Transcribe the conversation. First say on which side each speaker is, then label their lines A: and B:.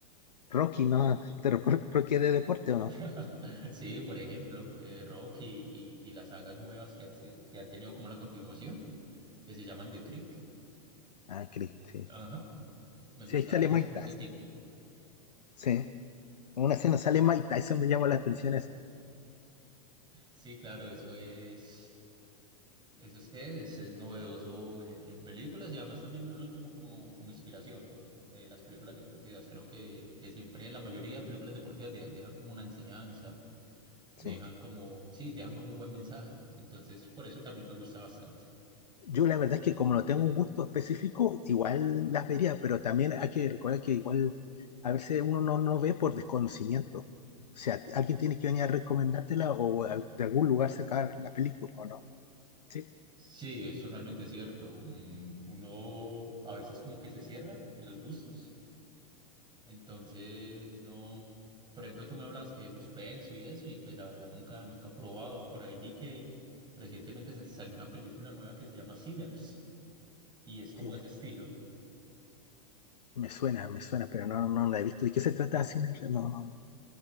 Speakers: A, on the left; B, on the right.
A: Rocky, ¿no? ¿Te recuer- ¿Rocky es de deporte
B: <laughs>
A: o no?
B: Sí, por ejemplo, eh, Rocky y, y las sagas nuevas que han, sido- que han tenido como la continuación, que se llaman The Creek.
A: Ah, creí, sí.
B: Ajá, me
A: Sí,
B: gusta
A: ahí sale
B: como
A: Mike
B: ese
A: Tyson.
B: tipo.
A: Sí, en una escena sale Mike Tyson, me llama la atención esa.
B: Sí, claro, eso es. Eso es que es, es novedoso en, en películas y además también lo, lo tomo como, como inspiración. eh, las películas deportivas, creo que, que siempre la mayoría de películas deportivas de- dejan como una enseñanza,
A: Sí.
B: dejan como, sí, dejan como un buen mensaje. Entonces, por eso también me gusta bastante.
A: Yo la verdad es que como no tengo un gusto específico, igual las vería, pero también hay que recordar que igual a veces uno no, no ve por desconocimiento. O sea, ti- alguien tiene que venir a recomendártela o al- de algún lugar sacar la película, ¿o no? Sí,
B: Sí, es totalmente cierto. mm, Uno a veces como que se cierra en los gustos Entonces, no. Por ejemplo, tú me hablas que de suspenso y eso, y pues la verdad nunca, nunca he probado. Por ahí vi que recientemente sa- salió una película nueva que se llama Sinners, y es como
A: sí, me
B: ese estilo.
A: me suena, me suena, pero no, no no la he visto. ¿De qué se trata Cine? No, no,